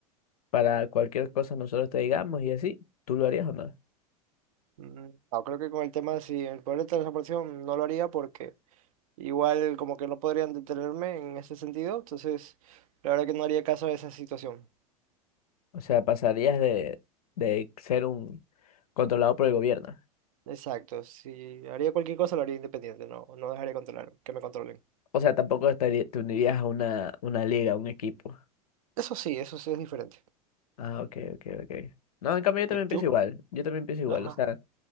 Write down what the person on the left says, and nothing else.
para cualquier cosa nosotros te digamos y así, ¿tú lo harías o no?
O sea, pasarías de, de ser un controlado por el gobierno.
O sea, tampoco estaría- te unirías a una, una liga, a un equipo.
Ah, ok, ok, ok. No, en cambio yo también
pienso igual, yo también pienso igual.
O sea,